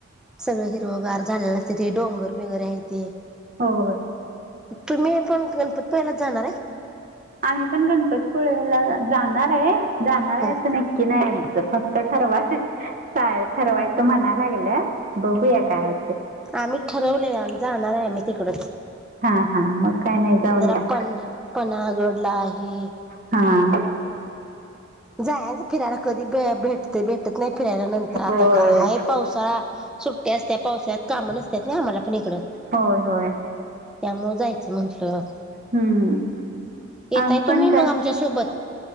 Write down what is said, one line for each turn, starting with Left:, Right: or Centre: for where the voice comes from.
Centre: सगळं हिरवगार झालेलं असते ते डोंगर वगैरे आहे ते.
Right: हो.
Centre: तुम्ही पण गणपतपुळालाच जाणार हाय.
Right: आम्ही पण गणपतीपुळे्याला जाणार आहे, जाणार आहे
Centre: हं.
Right: असं नक्की नाही आमचं फक्त ठरवा, जा ठरवायचं म्हणा लागल्यात बघूया काय
Centre: आम्ही ठरवलय आमी जाणार आहे आम्ही तिकडच.
Right: हा, हा मग काय नाही जाऊन
Centre: जरा
Right: या
Centre: पण पन्हाळगडला हे.
Right: हां.
Centre: जायच फिरायला कधी भेटत भेटत नाही फिरायला नंतर आता
Right: होय
Centre: का हाय पावसाळा. सुट्ट्या असत्या पावसात कामं न असत्यात ना आम्हाला पण इकडं.
Right: होय होय.
Centre: त्यामुळे जायचं म्हंटलं,
Right: हम्म
Centre: यताय
Right: आम पण
Centre: तुम्ही मग
Right: काय
Centre: आमच्या सोबत.